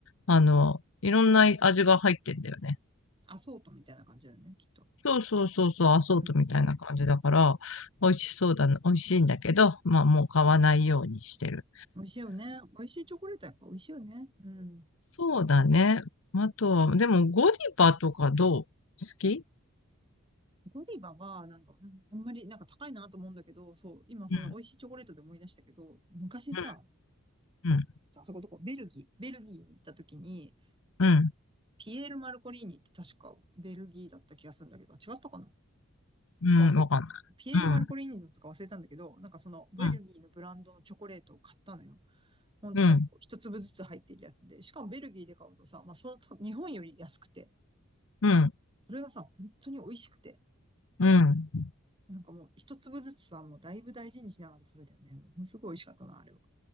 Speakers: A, on the left; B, on the right.
A: あの、いろんな味が入ってんだよね。
B: アソートみたいな感じだよね、きっと。
A: そうそうそうそう、アソートみたいな感じだから、
B: うん。
A: 美味しそうだな、美味しいんだけど、まあもう買わないようにしてる。
B: 美味しいよね。美味しいチョコレートやっぱ美味しいよね。うん。
A: そうだね。あとは、でもゴディバとかどう好き
B: ゴディバは、なんか、うんあんまり、なんか高いなと思うんだけど、そう、今その美味しいチョコレートで思い出したけど、
A: うん、
B: 昔さ、
A: うん、うん、
B: あそこどこ、ベルギー、ベルギーに行った時に、
A: うん、
B: ピエール・マルコリーニって確かベルギーだった気がするんだけど、違ったかな
A: うんわかんない。
B: か忘れ、ピエール・マルコリーニだったか忘れたんだけど、なんかそのベルギーのブランドのチョコレートを買ったのよ。
A: うん、うん、
B: ほんとなんかこう一粒ずつ入ってるやつで、
A: うん、
B: しかもベルギーで買うとさ、まあその日本より安くて、
A: うん、
B: それがさ、本当に美味しくて、
A: うん。
B: なんかもう一粒ずつさ、もうだいぶ大事にしながら食べたよね。もうすごい美味しかったな、あれは。